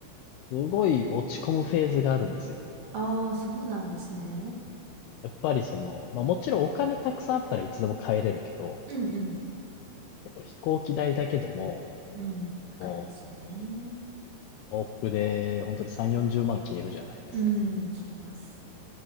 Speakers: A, on the left; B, on the right.
A: すごい落ち込むフェーズがあるんですよ。
B: ああ、そうなんですね。
A: やっぱりその、まあもちろんお金たくさんあったらいつでも帰れるけど、
B: うんうん
A: だけど飛行機代だけでも、
B: うん。
A: も
B: 高いですよね。
A: う往復で本当に3、40万消えるじゃないですか。
B: うん、消えます。